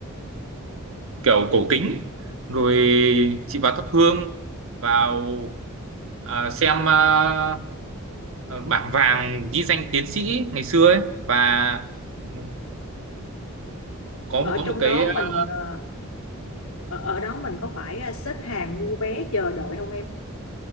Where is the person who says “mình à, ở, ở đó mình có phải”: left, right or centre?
Left